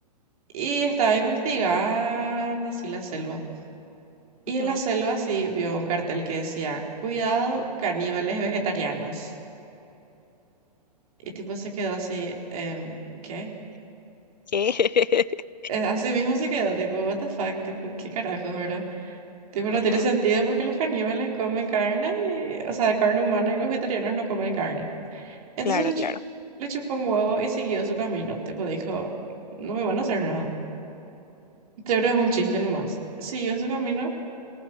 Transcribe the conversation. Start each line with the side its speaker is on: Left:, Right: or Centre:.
Right: y estaba investigando así la selva. Y
Left: Ujú.
Right: en la selva así vio un cartel que decía, cuidado, caníbales vegetarianos. Y tipo se quedó así, em, ¿qué?
Left: ¿Qué?
Right: Eh, Así mismo se quedó, tipo, what the fuck, tipo, ¿qué carajo, verdad? Tipo,
Left: <laughs>
Right: no
Left: Ajá,
Right: tiene sentido porque los caníbales comen carne, y- o sea, carne humana y los vegetarianos no comen carne. Entonces
Left: Claro,
Right: le, chu-
Left: claro.
Right: le chupó un huevo
Left: Ujú,
Right: y siguió su camino, tipo, dijo, no me van a hacer nada. Teoro es un chiste nomás. Siguió su camino